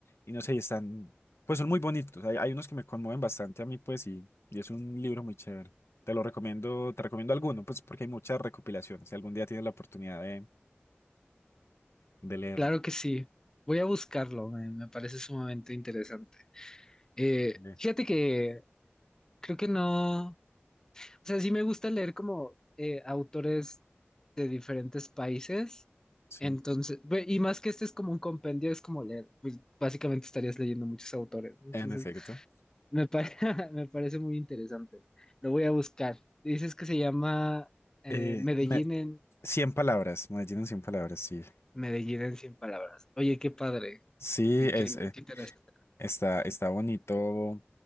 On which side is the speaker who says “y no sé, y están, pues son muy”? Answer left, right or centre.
Left